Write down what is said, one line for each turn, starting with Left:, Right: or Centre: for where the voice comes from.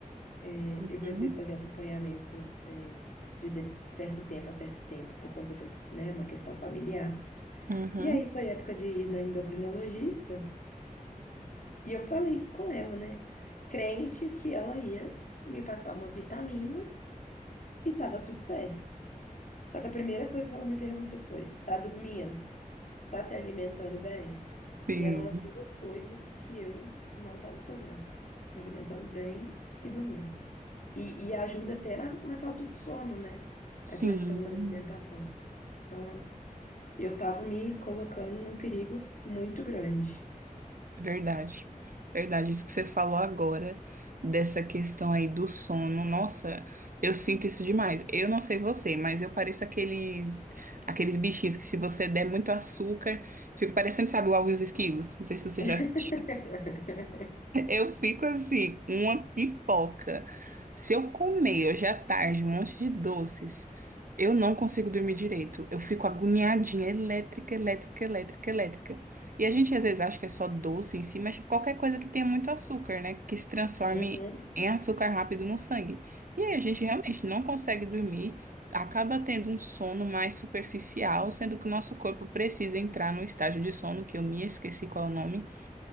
Left: É, eu preciso
Right: Uhum.
Left: fazer acompanhamento, é, de, de certo tempo a certo tempo por conta de um, né, uma questão familiar.
Right: Uhum.
Left: E aí foi época de ir na endocrinologista. E eu falei isso com ela, né? Crente que ela ia me passar uma vitamina e tava tudo certo. Só que a primeira coisa que ela me perguntou foi: tá dormindo? Tá se alimentando bem?
Right: Sim.
Left: E eram as duas coisas que eu não estava fazendo: me alimentando bem e dormindo. E, e ajuda até na, na falta de sono, né?
Right: Sim.
Left: A questão da alimentação. Então, eu tava me colocando num perigo muito grande.
Right: Verdade, verdade. Isso que você falou agora, dessa questão aí do sono, nossa, eu sinto isso demais. Eu não sei você, mas eu pareço aqueles, aqueles bichinhos que se você der muito açúcar, fica parecendo, sabe, o Alvin e os Esquilos. Não sei se você
Left: <laughs>
Right: já assistiu. <laughs> Eu fico assim, uma pipoca. Se eu comer hoje à tarde um monte de doces, eu não consigo dormir direito. Eu fico agoniadinha, elétrica, elétrica, elétrica, elétrica. E a gente às vezes acha que é só doce em si, mas qualquer coisa que tenha muito açúcar, né? Que se transforme
Left: Uhum.
Right: em açúcar rápido no sangue. E aí a gente realmente não consegue dormir, acaba tendo um sono mais superficial, sendo que o nosso corpo precisa entrar num estágio de sono, que eu me esqueci qual é o nome